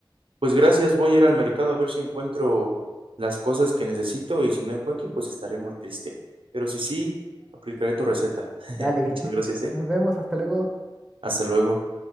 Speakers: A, on the right (about 85°); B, in the centre.
A: Pues gracias, voy a ir al mercado a ver si encuentro las cosas que necesito y si no encuentro, pues estaré muy triste. Pero si sí, aplicaré tu receta.
B: Dale,
A: Muchas
B: <laughs>
A: gracias, ¿eh?
B: nos vemos, hasta luego.
A: Hasta luego.